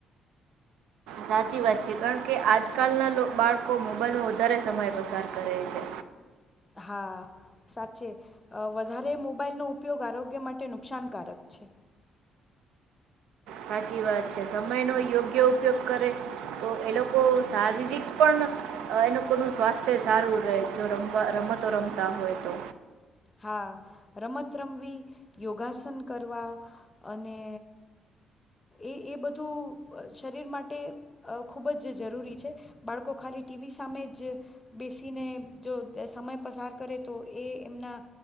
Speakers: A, on the right; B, on the left.
A: સાચી વાત છે. કારણ કે આજકાલના લોકો બાળકો મોબાઈલમાં વધારે સમય પસાર કરે છે.
B: હા સાચે વધારે મોબાઈલનો ઉપયોગ આરોગ્ય માટે નુકસાનકારક છે.
A: સાચી વાત છે. સમય નો યોગ્ય ઉપયોગ કરે તો એ લોકો શારીરિક પણ એ લોકોનું સ્વાસ્થ્ય સારું રહે જો રમ રમતો રમતા હોય તો.
B: હા રમત રમવી યોગાસન કરવા અને એ એ બધું શરીર માટે ખૂબ જ જરૂરી છે, બાળકો ખાલી ટીવી સામે જ બેસીને જો સમય પસાર કરે તો એ એમના